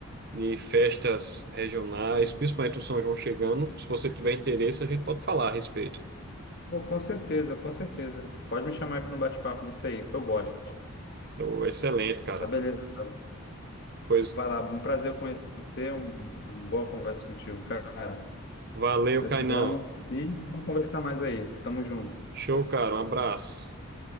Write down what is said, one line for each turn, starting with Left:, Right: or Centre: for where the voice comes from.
Right: de festas regionais, principalmente o São João chegando. Se você tiver interesse, a gente pode falar a respeito.
Left: Pô, com certeza, com certeza. Pode me chamar aí para um bate-papo disso aí, que eu gosto.
Right: Então, excelente, cara.
Left: Tá beleza, Rafael.
Right: Pois,
Left: Vai lá, um prazer conhecer você, um, um boa conversa contigo, cara.
Right: valeu,
Left: Precisamos
Right: Kainan.
Left: e vamos conversar mais aí. Tamo junto.
Right: Show, cara. Um abraço.